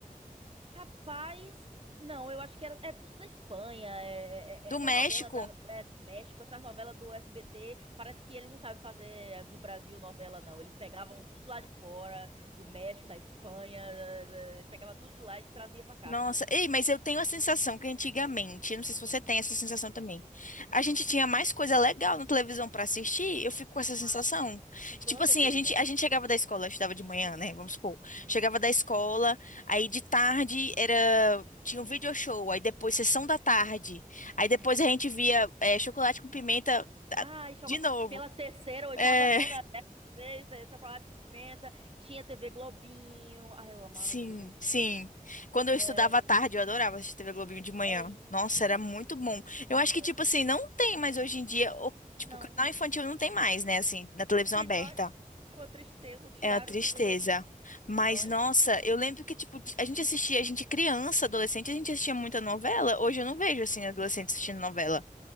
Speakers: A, on the right; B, on the left.
A: Rapaz, não, eu acho que era, é tudo da Espanha, é- é-
B: Do
A: é- essas
B: México.
A: novelas da, é, do México, essas novelas do SBT, parece que eles não sabem fazer eh, no Brasil novela, não. Eles pegavam tudo lá de fora, do México, da Espanha, eh, eh, pegava tudo de lá e trazia pra cá.
B: Nossa, ei, mas eu tenho a sensação que antigamente, não sei se você tem essa sensação também,
A: Hum,
B: a gente tinha mais coisa legal na televisão pra assistir, eu fico com essa sensação.
A: ah, não. Com toda
B: Tipo assim,
A: certeza.
B: a gente, a gente chegava da escola, eu estudava de manhã, né? Vamos supor.
A: Uhum,
B: Chegava da escola,
A: uhum,
B: aí de tarde era. Tinha um video show, aí depois sessão da tarde. Aí depois
A: uhum.
B: a gente via eh, chocolate com pimenta
A: Ah,
B: ah,
A: e chocolate.
B: de novo.
A: Pela terceira, oitava,
B: É,
A: nona, décima vez, eh, chocolate com pimenta, tinha TV Globinho. Ah, eu amava
B: Sim,
A: TV Globinho.
B: sim. Quando eu
A: É,
B: estudava à tarde, eu adorava assistir TV Globinho de manhã.
A: é isso.
B: Nossa, era muito bom.
A: Muito
B: Eu acho que, tipo
A: bom.
B: assim, não tem mais hoje em dia, o- tipo,
A: Não.
B: canal infantil não tem mais, né, assim, na televisão
A: Não tem
B: aberta.
A: mais. É uma tristeza. Tiraram
B: É uma tristeza.
A: o TV Globinho
B: Mas,
A: de nós.
B: nossa, eu lembro que, tipo, a gente assistia, a gente criança, adolescente, a gente assistia muita novela. Hoje eu não vejo, assim, adolescente assistindo novela.